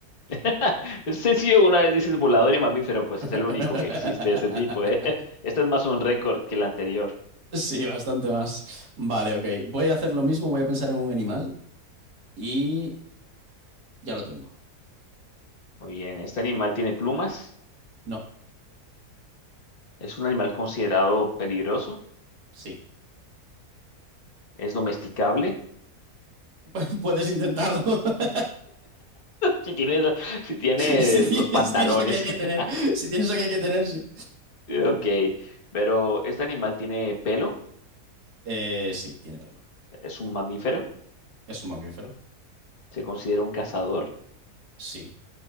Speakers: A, on the left (about 35°); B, on the right (about 90°).
A: <laughs> Es sencillo, una vez dices volador y mamífero, pues
B: <laughs>
A: es el único que existe de ese tipo, ¿eh? <laughs> Este es más un récord que el anterior.
B: Sí, bastante más. Vale, ok. Voy a hacer lo mismo, voy a pensar en un animal y ya lo tengo.
A: Muy bien, ¿este animal tiene plumas?
B: No,
A: ¿Es un animal considerado peligroso?
B: sí.
A: ¿Es domesticable? <laughs>
B: <laughs> Puedes intentarlo. <laughs>
A: Si tienes, si tienes
B: Si tienes,
A: los pantalones.
B: si tienes lo que hay que
A: <laughs>
B: tener. Si tienes lo que hay que tener, sí.
A: Ok. Pero ¿este animal tiene pelo?
B: Eh, sí, tiene pelo.
A: ¿Es un mamífero?
B: ¿Es un mamífero?
A: ¿Se considera un cazador?
B: Sí.